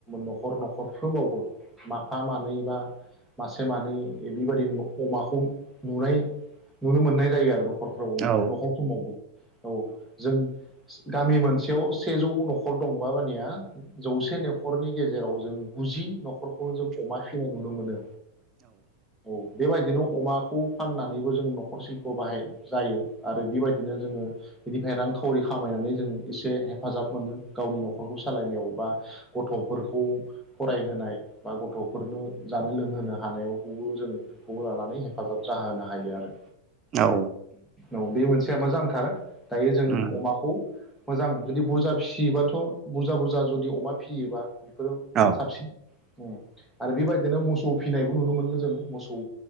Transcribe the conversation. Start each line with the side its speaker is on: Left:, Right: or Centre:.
Centre: न'खर न'खरफ्रोमावबो माफा मानै बा मासे मानै बेबायादि अमाखौ नुनाय नुनो मोननाय जायो आरो न'खरफ्राव
Right: औ
Centre: न'खरफ्रोमावबो औ जों गामि मोनसेयाव सेजौ न'खर दंबा मानिया जौसे न'खरनि गेजेराव जों गुजि न'खरखौ जों अमा फिनाय नुनो मोनो औ बेबाय बिदिनो अमाखौ फाननानैबो जों न'खर सिल्प बाहाय जायो आरो बिबायदिनो जोङो बिनिफ्राय रांखावरि खामायनानै जों एसे हेफाजाब मोनो गावनि न'खरखौ सालायनायाव बा गथ'फोरखौ फरायहोनाय बा गथ'फोरनो जानो लोंहोनो हानायावबो जों बेखौ लानानै हेफाजाब जाहोनो हायो आरो
Right: औ
Centre: औ बे मोनसेया मोजां थार दायो
Right: उम
Centre: जों अमाखौ मोजां जुदि बुजा फिसियोबाथ' बुजा बुजा जुदि अमा फियोबा बिफोराव
Right: औ
Centre: साबसिन उम आरो बेबायदिनो मोसौ फिनायबो नुनो मोनदों जों मोसौ